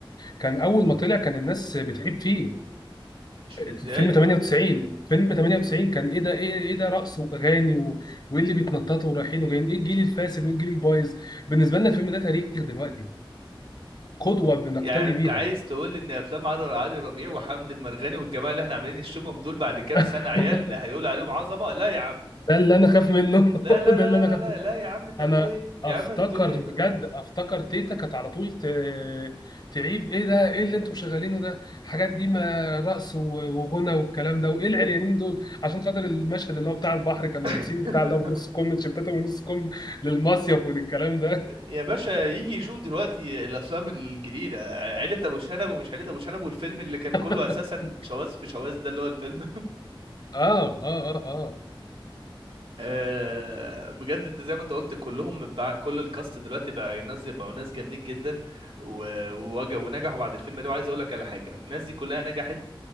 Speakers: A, on the left; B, on the right.
A: كان اول ما طلع كان الناس بتحب فيه
B: مش
A: الفيلم
B: متضايقه
A: 98 فيلم 98 كان ايه ده ايه ايه ده رقص واغاني و- وايه اللي بيتنططوا ورايحين وجايين ايه الجيل الفاسد وايه الجيل البايظ بالنسبه لنا الفيلم ده تاريخ دلوقتي قدوه بنقتدي
B: يعني انت
A: بيها
B: عايز تقول لي ان افلام عر- علي ربيع وحمد المرغني والجماعه اللي احنا عاملين نشتمهم دول بعد كام سنه
A: <laughs>
B: عيالنا هيقول عليهم عظمه لا يا عم
A: ده اللي انا خاف منه
B: لا
A: <laughs>
B: لا
A: ده
B: لا
A: اللي
B: لا
A: انا
B: لا
A: خاف
B: لا, لا يا عم انت
A: انا
B: بتقول ايه يا
A: افتكر
B: عم بتقول ايه
A: بجد افتكر تيتا كانت على طول ت... تعيب ايه ده ايه اللي انتم شغالينه ده الحاجات دي ما رقص و- وغنى والكلام ده وايه العريانين دول عشان خاطر المشهد اللي هو بتاع البحر كانوا لابسين
B: <laughs>
A: بتاع اللي هو بنص كم تيشيرتاتهم ونص كم للمصيف وللكلام ده
B: يا باشا يجي يشوف دلوقتي الافلام الجديده عيله ابو شنب ومش عيله ابو شنب والفيلم اللي كان
A: <laughs>
B: كله اساسا شواذ في شواذ ده اللي هو الفيلم
A: اه اه اه اه
B: آه، بجد انت زي ما انت قلت كلهم بقى كل الكاست دلوقتي بقى ناس بقوا ناس جامدين جدا و- ووج- ونجحوا بعد الفيلم ده وعايز اقول لك على حاجه الناس دي كلها نجحت